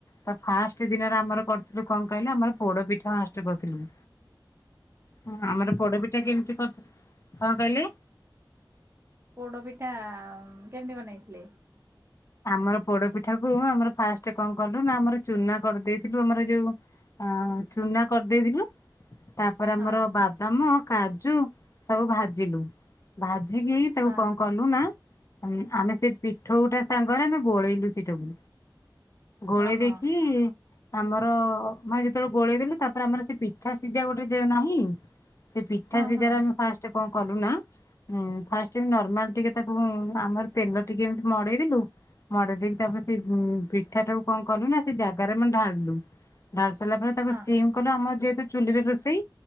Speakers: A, on the left; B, on the right.
A: ତ ଫାଷ୍ଟ ଦିନରେ ଆମର କରିଥିଲୁ କଣ କହିଲେ ଆମର ପୋଡ ପିଠା ଫାଷ୍ଟ କରିଥିଲୁ। ହଁ ଆମର ପୋଡପିଠା କେମିତି କ କଁ କହିଲେ।
B: ପୋଡ ପିଠା କେମିତି ବନେଇଥିଲେ।
A: ଆମର ପୋଡ ପିଠା କୁ ଆମର ଫାଷ୍ଟ କଣ କଲୁ ନା ଆମର ଚୁନା କରିଦେଇଥିଲୁ ଆମର ଯୋଉ। ଆଁ ଚୁନା କରିଦେଇଥିଲୁ। ତାପରେ ଆମର
B: ହଁ
A: ବାଦାମ କାଜୁ ସବୁ ଭାଜିଲୁ ଭାଜିକି। ତାକୁ
B: ହଁ
A: କଣ କଲୁ ନା ଆମେ ଆମେ ସେ ପିଠଉ ଟା। ସାଙ୍ଗରେ ଆମେ ଗୋଳେଇଲୁ ସେଟାକୁ ଗୋଳେଇ
B: ହଁ ହଁ
A: ଦେଇକି। ଆମର ମାନେ ଯେତେ ବେଳେ ଗୋଳେଇ ଦେଲେୁ ତାପରେ ଆମର ସେ ପିଠା ସିଝା ଗୋଟେ ଯେ ନାହିଁ। ସେ ପିଠା
B: ହଁ
A: ସେ
B: ହଁ
A: ଯାର ଆମେ ଫାଷ୍ଟ କଣ କଲୁ ନା ଉଁ ଫାଷ୍ଟ ଏମିତି ନର୍ମାଲ ଟିକେ ତାକୁ ଆମର ତେଲ ଟିକେ ଏମତି ମଡେଇଦଲୁ। ମଡେଇ ଦେଇକି ତାପରେ ସେ ଉଁ ପିଠା ଟାୁ କଣ କଲୁ ନା ସେ ଜାଗାରେ ମାନେ ଢାଳିଲୁ ଢାଳି ସାରିଲା ପରେ ତାକୁ
B: ହଁ
A: ସିମ କଲୁ ଆମ ଯେହେତୁ ଚୁଲିରେ ରୋଷେଇ